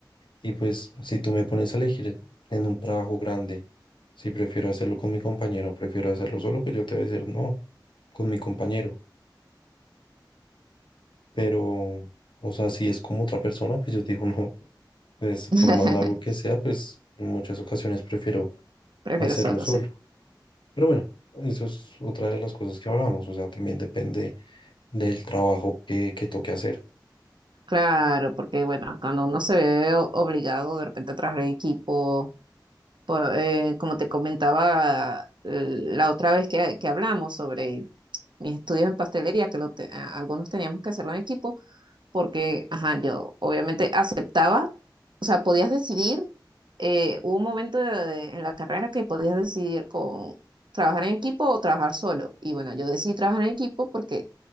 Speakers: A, on the left (about 80°); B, on the right (about 75°).
A: Y pues si tú me pones a elegir en un trabajo grande, si prefiero hacerlo con mi compañero, prefiero hacerlo solo, pues yo te voy a decir no, con mi compañero. Pero, o sea, si es como otra persona, pues yo te digo <laughs> no. Pues por
B: <laughs>
A: más largo que sea, pues en muchas ocasiones prefiero
B: Prefiero
A: hacerlo
B: solo,
A: solo.
B: sí.
A: Pero bueno, eso es otra de las cosas que hablamos, o sea, también depende del trabajo que, que toque hacer.
B: Claro, porque bueno, cuando uno se ve o- obligado de repente a trabajar en equipo, por- eh, como te comentaba eh, la otra vez que, que hablamos sobre mis estudios en pastelería, que lo te- a- algunos teníamos que hacerlo en equipo, porque, ajá, yo obviamente aceptaba, o sea, podías decidir, eh, hubo un momento de- en la carrera que podías decidir con trabajar en equipo o trabajar solo. Y bueno, yo decidí trabajar en equipo porque